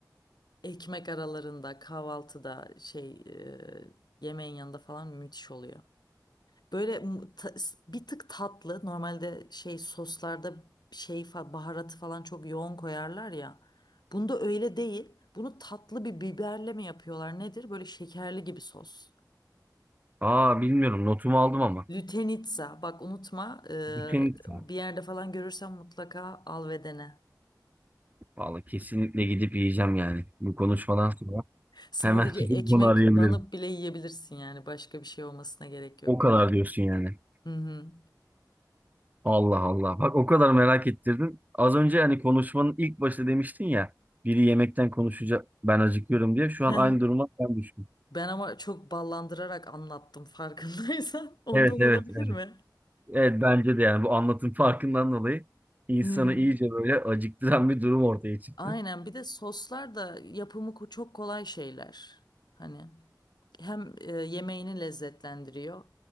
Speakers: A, on the left; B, on the right.
A: Ekmek aralarında kahvaltıda şey e, yemeğin yanında falan müthiş oluyor. Böyle m- ta- bir tık tatlı. Normalde şey soslarda şey fa- baharatı falan çok yoğun koyarlar ya. Bunda öyle değil. Bunu tatlı bir biberle mi yapıyorlar nedir? Böyle şekerli gibi sos.
B: Aa bilmiyorum notumu aldım ama.
A: Lütenitsa bak unutma eee,
B: Kesinlikle.
A: bir yerde falan görürsen mutlaka al ve dene.
B: Vallahi kesinlikle gidip yiyeceğim yani. Bu konuşmadan sonra
A: Sadece
B: hemen <laughs> gidip
A: ekmek
B: bunu arayabilirim.
A: banıp bile yiyebilirsin yani başka bir şey olmasına gerek yok.
B: O kadar diyorsun yani.
A: Hı hı.
B: Allah Allah. Bak o kadar merak ettirdin. Az önce hani konuşmanın ilk başta demiştin ya. Biri yemekten konuşacak ben acıkıyorum diye. Şu
A: <laughs>
B: an aynı duruma ben düştüm.
A: Ben ama çok ballandırarak anlattım farkındaysan. <laughs> Ondan
B: Evet evet
A: olabilir
B: evet.
A: mi?
B: Evet bence de yani bu anlatım farkından dolayı insanı
A: Hı hı.
B: iyice böyle acıktıran bir durum ortaya çıktı.
A: Aynen bir de soslar da yapımı ko- çok kolay şeyler. Hani hem e, yemeğini lezzetlendiriyor